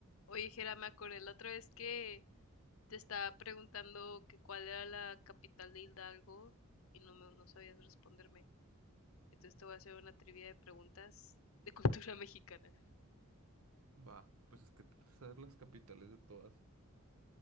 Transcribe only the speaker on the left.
Oye, Jera, me acordé la otra vez que te estaba preguntando que cuál era la capital de Hidalgo y no me, no sabías responderme. Entonces te voy a hacer una trivia de preguntas de cultura <laughs> mexicana.